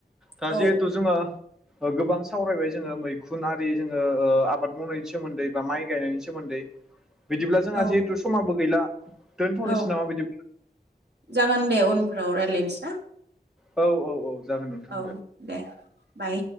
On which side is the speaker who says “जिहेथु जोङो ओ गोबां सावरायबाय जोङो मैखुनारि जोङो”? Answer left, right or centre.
Centre